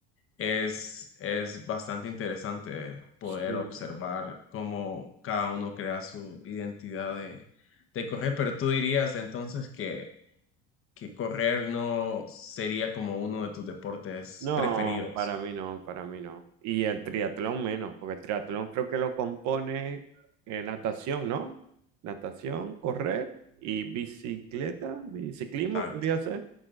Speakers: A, on the left; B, on the right.
A: es, es bastante interesante poder
B: Sí.
A: observar cómo cada uno crea su identidad de, de correr, pero tú dirías entonces que que correr no sería como uno de tus deportes
B: No,
A: preferidos.
B: para mí no, para mí no. Y el triatlón menos, porque el triatlón creo que lo compone eh, natación, ¿no? Natación, correr y bicicleta, biciclismo
A: Exacto.
B: podría ser.